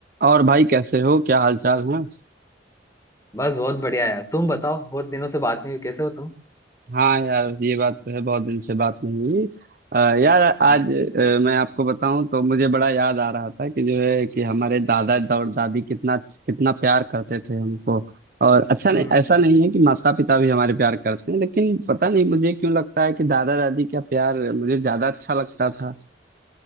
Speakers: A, on the right; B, on the left.
A: और भाई कैसे हो क्या हाल चाल है
B: बस बहुत बढ़िया यार तुम बताओ बहुत दिनों से बात नहीं हुई कैसे हो तुम
A: हाँ यार ये बात तो है बहुत दिन से बात नहीं हुई अ, यार आज
B: हम्म
A: अ, मैं आपको बताऊं तो मुझे बड़ा याद आ रहा था कि जो है कि हमारे दादा और दादी कितना कितना प्यार करते थे हमको और अच्छा नहीं
B: हम्म
A: ऐसा नहीं है कि माता पिता भी हमारे प्यार करते हैं लेकिन पता नहीं मुझे क्यों लगता है कि दादा दादी का प्यार मुझे ज्यादा अच्छा लगता था